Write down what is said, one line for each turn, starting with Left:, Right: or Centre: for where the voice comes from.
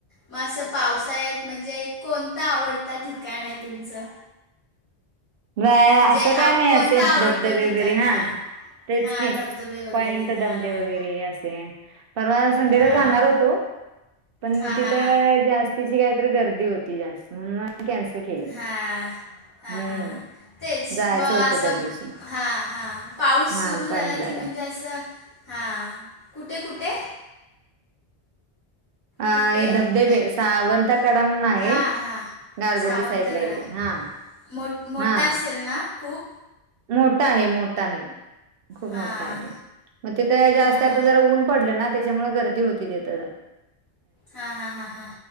Left: मग असं पावसाळ्यात म्हणजे कोणता आवडता ठिकाण आहे तुमचं.
Right: जायला
Left: म्हणजे
Right: असं काय
Left: आव
Right: नाही
Left: कोणता
Right: असे
Left: आवडतो
Right: धबधबे
Left: ठिकाण?
Right: वगैरे हा
Left: हां.
Right: तेच
Left: हां,
Right: की
Left: धबधबे
Right: <inaudible>
Left: वगैरे.
Right: पॉइंट धब
Left: हां.
Right: धब वगैरे असे परवा संध्याकाळी
Left: हां.
Right: जाणार होतो. पण
Left: हां,
Right: तिथं
Left: हां, हां.
Right: जास्तीची काय तर गर्दी होती जास्त म्हणून कॅन्सल केलं
Left: हा हा
Right: हम्म
Left: <inaudible> हा हा. तेच
Right: जायचं
Left: मग
Right: होतं
Left: असं,
Right: त्या दिवशी
Left: हा हां पाऊस
Right: हा
Left: सुरू झाला
Right: पॉइंटला
Left: की म्हणजे
Right: त्या
Left: असं हा कुठे-कुठे
Right: अ
Left: कुठे <inaudible>
Right: धबधबे सावंत कडा म्हणून आहे
Left: हा हा.
Right: गारगोटी
Left: सावंतगडा
Right: साईडला इकडे हा
Left: <inaudible> मो मोठा
Right: हा
Left: असेल ना खूप.
Right: मोठा आहे मोठा आहे. खूप
Left: हां.
Right: मोठा आहे ते मग तिथं
Left: हां
Right: जास्त
Left: हां हां
Right: आता जरा ऊन पडलं ना त्याच्यामुळे गर्दी होती तथ
Left: हां हां हां हां